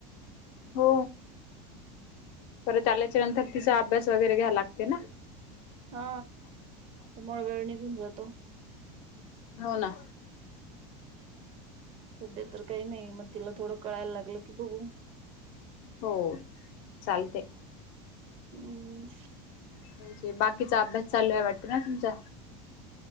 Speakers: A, on the left; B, on the right.
A: हो परत आल्याच्या नंतर
B: मग
A: तिचा अभ्यास वेगैरे घ्या लागते ना
B: हा त्यामुळे वेळ निघुन जातो
A: हो ना
B: सध्या तर काही नाही मग तिला थोड कळायल लागल की बघु
A: हो चालते
B: हम्म
A: म्हणजे बाकीचा अभ्यास चालु आहे वाटत ना तुमचा